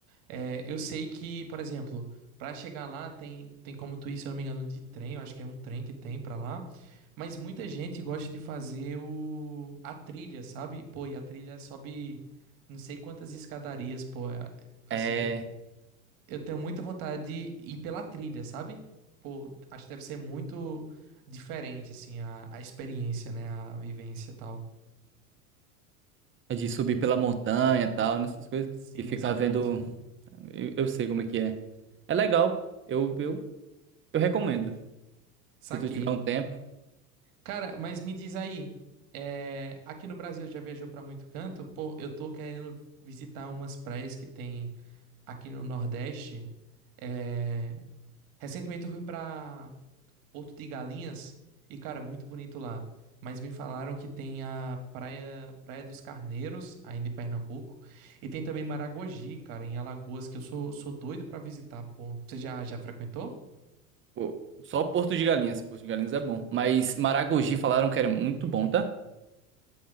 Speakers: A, on the right; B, on the right.
A: É, eu sei que, por exemplo, pra chegar lá tem, tem como tu ir, se eu não me engano, de trem, eu acho que é um trem que tem pra lá. Mas muita gente gosta de fazer o a trilha, sabe? Pô, e a trilha sobe não sei quantas escadarias, pô. é- Assim,
B: É.
A: eu tenho muita vontade de ir pela trilha, sabe? Pô, acho que deve ser muito diferente, assim, a, a experiência, né? A vivência e tal.
B: É de subir pela montanha e tal, nessas coisas.
A: Sim,
B: E ficar
A: exatamente.
B: vendo. Eu, eu sei como é que é. É legal. Eu, eu, eu recomendo.
A: Saquei.
B: Se tu tiver um tempo.
A: Cara, mas me diz aí, é, aqui no Brasil já viajou pra muito canto? Pô, eu tô querendo visitar umas praias que tem aqui no Nordeste. É, recentemente eu fui pra Porto de Galinhas e, cara, muito bonito lá. Mas me falaram que tem a praia, Praia dos Carneiros, ainda em Pernambuco, e tem também Maragogi, cara, em Alagoas, que eu sou, sou doido pra visitar, pô. Você já, já frequentou?
B: Pô, Só Porto de Galinhas. Porto de Galinhas é bom. Mas Maragogi falaram que era muito bom, tá?